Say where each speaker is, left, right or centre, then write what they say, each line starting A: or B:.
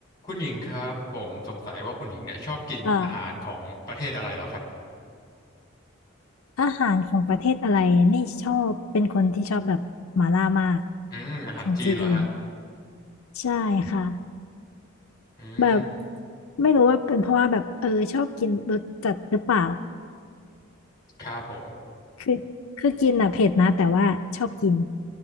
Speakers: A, on the left (about 20°); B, on the left (about 80°).
A: คุณหญิงครับผมสงสัยว่าคุณหญิงเนี่ยชอบกินอาหารของประเทศอะไรเหรอครับ
B: ค่ะอาหารของประเทศอะไรนี่ชอบเป็นคนที่ชอบแบบหม่าล่ามาก
A: อืมอาหารจีนเหรอฮะ
B: ของจีนใช่ค่ะ
A: อืม
B: แบบไม่รู้ว่าเป็นเพราะว่าแบบเออชอบกินรสจัดหรือเปล่า
A: ครับผม
B: คือคือกินอ่ะเผ็ดนะแต่ว่าชอบกิน